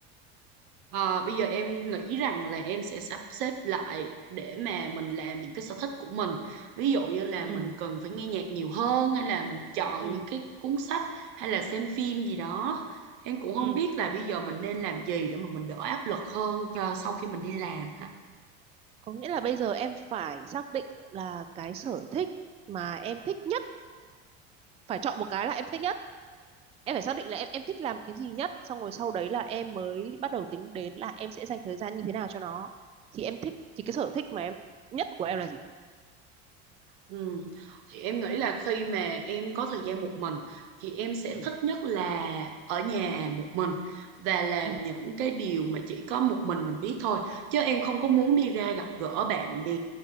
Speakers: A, on the right; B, on the right.
A: Ờ, bây giờ em nghĩ rằng là em sẽ sắp xếp lại để mà mình làm những cái sở thích của mình. Ví dụ như là
B: ừ
A: mình cần phải nghe nhạc nhiều hơn hay là mình chọn
B: ừ
A: những cái cuốn sách hay là xem phim gì đó. Em cũng
B: ừ
A: không biết là bây giờ mình nên làm gì để mà mình đỡ áp lực hơn cho sau khi mình đi làm.
B: có nghĩa là bây giờ em phải xác định là cái sở thích mà em thích nhất phải chọn một cái là em thích nhất em phải xác định là em em thích làm cái gì nhất xong rồi sau đấy là em mới bắt đầu tính đến là em sẽ dành thời gian như thế nào cho nó thì em thích thì cái sở thích mà em nhất của em là gì
A: Ừ. Thì em nghĩ là khi mà em có thời gian một mình thì em sẽ
B: ừ
A: thích nhất là ở nhà một mình và làm
B: ừ
A: những cái điều mà chỉ có một mình mình biết thôi chứ em không có muốn đi ra gặp gỡ bạn bè